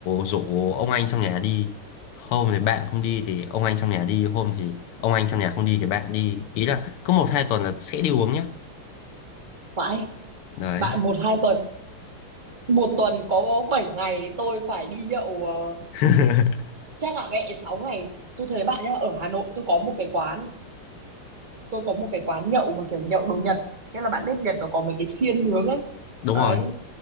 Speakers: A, on the left (about 85°); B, on the right (about 20°).
A: rủ ông anh trong nhà đi hôm thì bạn không đi thì ông anh trong nhà đi hôm thì ông anh trong nhà không đi thì bạn đi ý là cứ một hai tuần là sẽ đi uống nhá
B: mãi
A: đấy
B: bạn một hai tuần một tuần có bảy ngày tôi phải đi nhậu ờ,
A: <laughs>
B: chắc là mẹ sáu ngày tôi thấy bạn nhá ở Hà Nội tôi có một cái quán tôi có một cái quán nhậu mà kiểu nhậu đồ Nhật nghĩa là bạn biết Nhật nó có mấy cái xiên nướng ấy
A: đúng
B: đấy
A: rồi